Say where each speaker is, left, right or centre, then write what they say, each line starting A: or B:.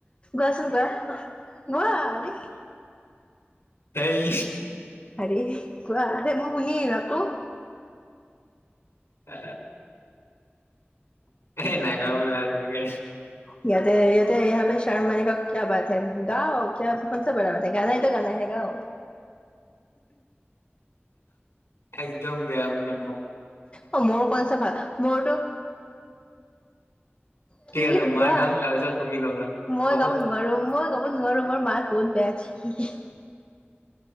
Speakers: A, on the left; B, on the left.
A: গোৱাচোন গোৱা, গোৱা আৰে।
B: এই।
A: হাৰে গোৱা, মই শুনিম আকৌ।
B: এ, এই নাগাও, লাজ লাগে।
A: ইয়াতে, ইয়াতে, ইয়াত য়ে শৰ্ম আনে কা কিয়া বাত হে, গাও কিয়া কন চা বাৰা বাত হে, গানা হিটো গানা হে গাও।
B: একদম বেয়া মোৰ মা
A: অ মোৰ কচনা ভা, মোৰোতো কি
B: ঠিক আছে মই
A: গোৱা,
B: গাম তাৰপিছত তুমি গাবা
A: মই
B: হ'ব
A: গাব নোৱাৰো, মই গাব নোৱাৰো, মোৰ মাত বহুত বেয়া ছি